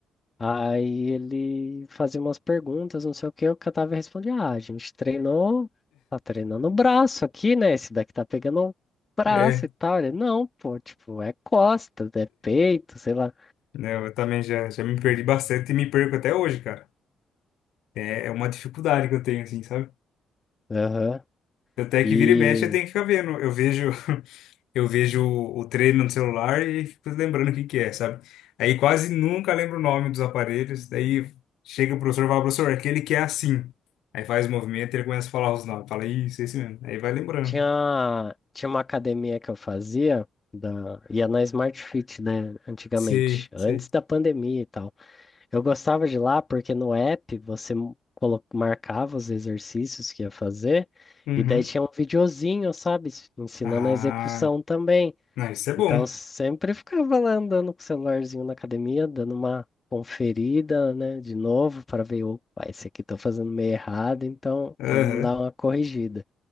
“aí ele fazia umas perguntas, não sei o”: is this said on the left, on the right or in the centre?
Left